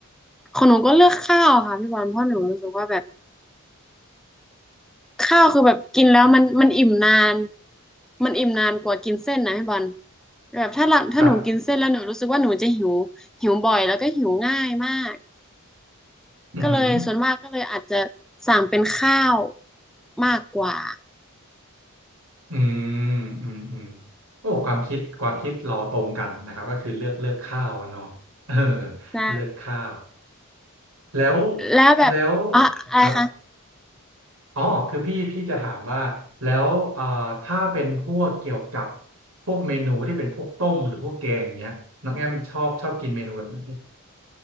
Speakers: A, in the centre; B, on the right.
A: ของหนูก็เลือกข้าวค่ะพี่บอลเพราะหนูรู้สึกว่าแบบข้าวคือแบบกินแล้วมันมันอิ่มนานมันอิ่มนานกว่ากินเส้นนะพี่บอลแบบถ้าหลัถ้าหนูกินเส้นแล้วหนูรู้สึกว่าหนูจะหิว
B: ครับ
A: หิวบ่อยแล้วก็หิวง่ายมาก
B: อือหือ
A: ก็เลยส่วนมากก็เลยอาจจะสั่งเป็นข้าวมากกว่า
B: อืมอืมอืมโอ้ความคิดความคิดเราตรงกันนะครับก็คือเลือกเลือกข้าวอะเนาะเออ
A: ใช่
B: เลือกข้าวแล้ว
A: แล้วแบบอ่ะอะไรคะ
B: แล้วครับอ๋อคือพี่พี่จะถามว่าแล้วเอ่อถ้าเป็นพวกเกี่ยวกับพวกเมนูที่เป็นพวกต้มหรือพวกแกงอย่างเงี้ยน้องแอมชอบชอบกินเมนูแบบไหน